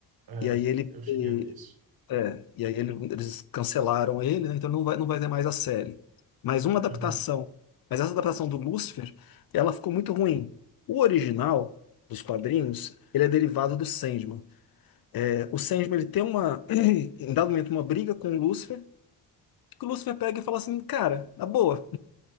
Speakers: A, on the right; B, on the left.
A: É,
B: E aí ele
A: eu cheguei
B: e,
A: a ver isso.
B: é, e aí ele- eles cancelaram ele, né? Então não vai, não vai ter mais a série. Mas uma adaptação.
A: Uhum.
B: Mas essa adaptação do Lucifer, ela ficou muito ruim. O original dos quadrinhos, ele é derivado do Sandman. É, o Sandman ele tem uma, <clears throat> em dado momento, uma briga com o Lucifer, que o Lucifer pega e fala assim, cara, na boa.